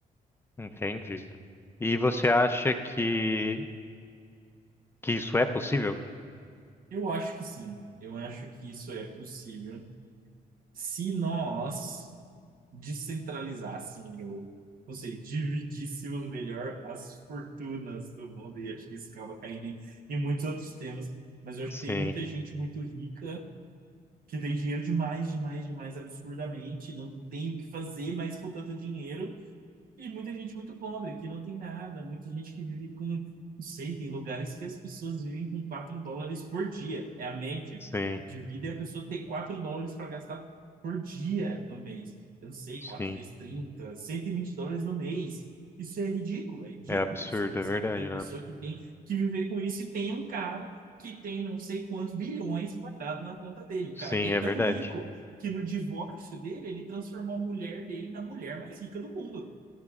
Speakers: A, on the left; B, on the right.
A: Entendi. E você acha que, que isso é possível?
B: Eu acho que sim. Eu acho que isso é possível se nós descentralizássemos, ou não sei, dividíssemos melhor as fortunas do mundo, e acho que isso acaba caindo em, em muitos outros temas. Mas eu acho
A: Sim,
B: que tem muita gente muito rica que tem dinheiro demais, demais, demais, absurdamente, não tem o que fazer mais com tanto dinheiro. E muita gente muito pobre, que não tem nada, muita gente que vive com, não sei, tem lugares que as pessoas vivem com 4 dólares por dia, é a média
A: sim,
B: de vida, é a pessoa ter 4 dólares para gastar por dia no mês. Eu não sei,
A: sim.
B: quatro vezes trinta cento e vinte dólares no mês. Isso é ridículo, é ridículo
A: É absurdo,
B: você pensar
A: é verdade,
B: que tem pessoa
A: né?
B: que tem que viver com isso e tem um cara que tem não sei quantos bilhões guardado na conta dele. O
A: Sim,
B: cara que é
A: é
B: tão
A: verdade.
B: rico que no divórcio dele ele transformou a mulher dele na mulher mais rica do mundo.